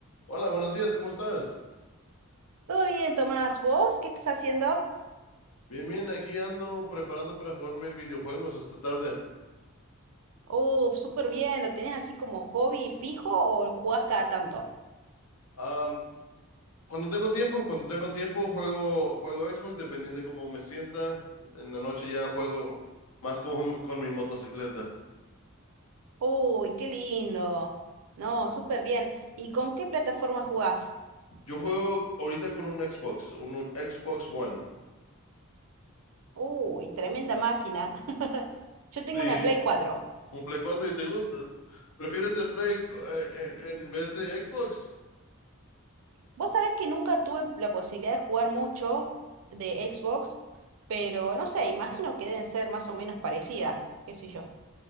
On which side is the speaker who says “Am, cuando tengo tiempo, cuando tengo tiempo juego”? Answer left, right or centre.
Left